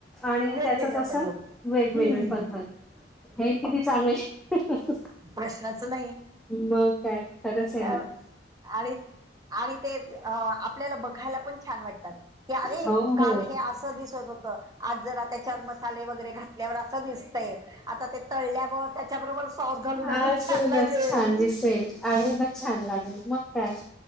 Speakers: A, in the centre; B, on the right (about 20°).
A: आणि
B: वेगवेगळ्या
A: त्याचच असं
B: पद्धती
A: वेगवेगळी
B: हम्म
A: पद्धत हे किती चांगली. <inaudible>
B: प्रश्नाच नाही.
A: मग काय. खरंच
B: अ
A: आहे ना
B: आणि आणि ते अ आपल्याला बघायला पण छान वाटतात. की अरे!
A: हो
B: काल
A: हो
B: हे असं दिसत होतं आज जरा त्याच्यावर मसाले वगैरे घातल्यावर असं दिसतय. आता ते तळल्यावर त्याच्याबरोबर सॉस घालून अजून
A: अजूनच
B: छान लागेल
A: छान दिसेल अजूनच
B: हे
A: छान लागेल मग काय